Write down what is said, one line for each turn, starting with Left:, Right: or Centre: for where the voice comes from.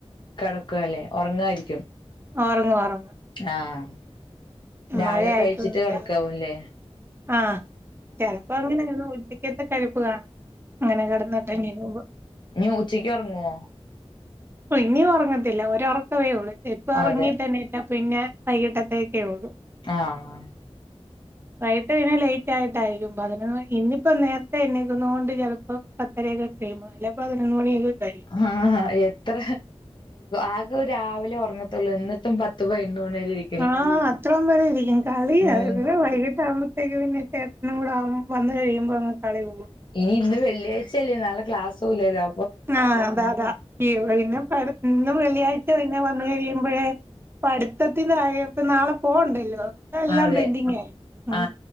Left: കിടക്കുവല്ലേ ഒറങ്ങായിരിക്കും
Right: ഉറങ്ങുവാ ഒറ
Left: ആഹ് രാവിലെ
Right: മഴ ആയിട്ടൊന്നുമില്ല
Left: കഴിച്ചിട്ട് കെടക്കാവൂല്ലേ
Right: ആഹ് ചെലപ്പോ അങ്ങനെ <unintelligible> കഴുപ്പ് കാണും അങ്ങനെ കെടന്ന് <unintelligible>
Left: ഞ്ഞ് ഉച്ചക്ക് ഒറങ്ങുവോ?
Right: പ ഇനി ഉറങ്ങത്തില്ല ഒരറക്കമേ ഒള്ളൂ എപ്പ ഇറങ്ങി
Left: അതെ
Right: തന്നെ പിന്നെ പിന്നെ വൈകിട്ടത്തേക്കെ ഒള്ളൂ
Left: ആഹ്
Right: വൈകിട്ട് പിന്നെ ലൈറ്റ് ആയിട്ടായിരിക്കും അതിന് ഇന്നിപ്പോ നേരത്തെ എണ്ക്കുന്നത് കൊണ്ട് ചെലപ്പോ പത്തരയൊക്കെ കഴിയും അല്ലെ പതിനൊ മണിയൊക്കെ കഴിയും
Left: ആഹ് എത്ര ആകെ രാവിലെ ഒറങ്ങത്തുള്ളൂ എന്നിട്ടും പത്ത് പതിനന്ന് മണിവരെക്കെ <unintelligible>
Right: ആഹ് അത്രം വരെ ഇരിക്കും കളിയ
Left: ഉം
Right: ഇ വൈകിട്ട ആകുമ്പ <unintelligible> വന്ന് കഴിയുമ്പോ അങ് കളി പോകും
Left: ഇനി ഇന്ന് വെള്ളിയാഴ്ചയല്ലേ നാളെ ക്ലാസൂല്ലല്ലോ
Right: ആഹ് അതാ ത പിന്നെ ഇന്ന് വെള്ളിയാഴ്ച പിന്നെ വന്നു കഴിയുമ്പഴേ ഇപ്പ പട്ത്തത്തിന്റെ കാര്യം ഇപ്പ നാളെ പോവ്ണ്ടല്ലോ അ എല്ലാം
Left: അതെ
Right: പെന്ഡിങ്ങ് ആയിര് ഉം
Left: ആ